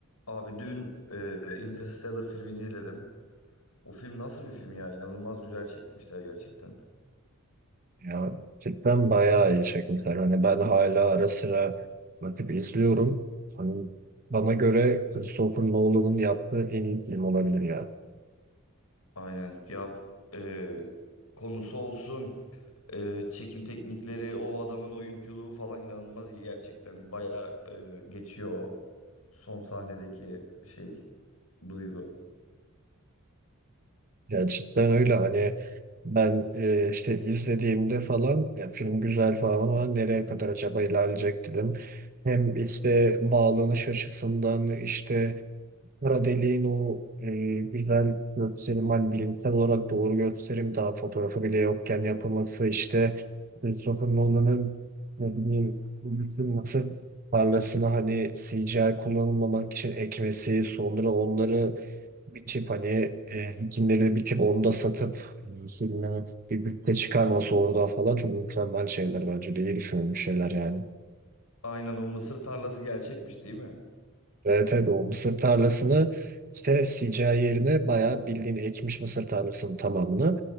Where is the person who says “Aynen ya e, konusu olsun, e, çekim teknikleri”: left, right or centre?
Left